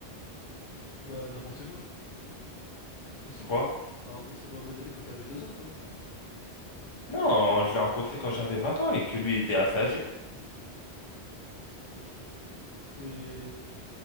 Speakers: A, on the left; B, on the left.
A: Bah, n'importe quoi. Pas possible.
B: Pourquoi?
A: T'as rencontré Mohamed Ali quand t'avais deux ans, quoi.
B: Non, je l'ai rencontré quand j'avais 20 ans et que lui était assez âgé.
A: Mais.